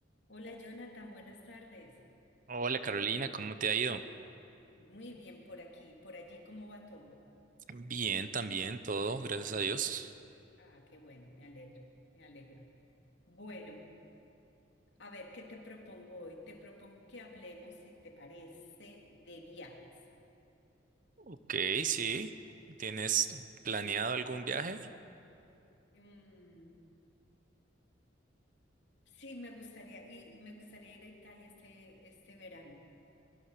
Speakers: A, on the left; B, on the right.
A: Hola Jonathan, buenas tardes.
B: Hola Carolina, ¿cómo te ha ido?
A: Muy bien por aquí, por allí, ¿cómo va todo?
B: Bien, también todo, gracias a Dios.
A: Ah, qué bueno, me alegro, me alegro. Bueno, a ver, ¿qué te propongo hoy? Te propongo que hablemos, si te parece, de viajes.
B: Ok, sí. ¿Tienes planeado algún viaje?
A: Mm, sí, me gustaría, y, y me gustaría ir a Italia este, este verano.